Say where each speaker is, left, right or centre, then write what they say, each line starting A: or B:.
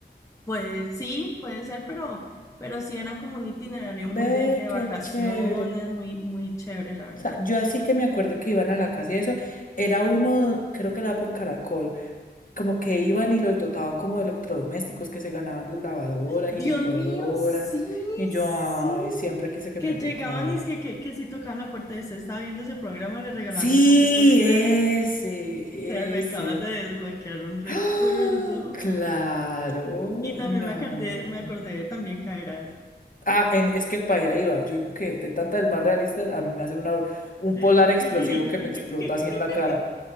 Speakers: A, on the left (about 15°); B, on the left (about 45°).
A: pues sí, puede ser, pero, pero sí era como un itinerario muy
B: Ve,
A: de, de
B: qué
A: vacaciones,
B: chévere.
A: muy, muy chévere, la verdad.
B: O sea, yo así que me acuerdo que iban a la casa y eso. Era uno, creo que era por Caracol. Como que iban y los dotaban como de electrodomésticos que se ganaban las lavadoras
A: Dios
B: y licuadoras.
A: mío, sí,
B: Y yo,
A: sí.
B: ay, siempre quise que
A: Que
B: me tocara.
A: llegaban y es que, que, que si tocaban la puerta y usted estaba viendo ese programa, le regalaban
B: Sí,
A: un poco de cosas.
B: ese,
A: O sea, me
B: ese.
A: acabas de desbloquear un recuerdo.
B: ¡Ah! Claro,
A: Y también
B: no.
A: me acordé, me acordé de también caerás.
B: Ah, en- es que para allá iba. Yo digo que de tanta del más realista, a mí me hace una, un
A: <laughs>
B: polar explosivo que me explota así en la cara.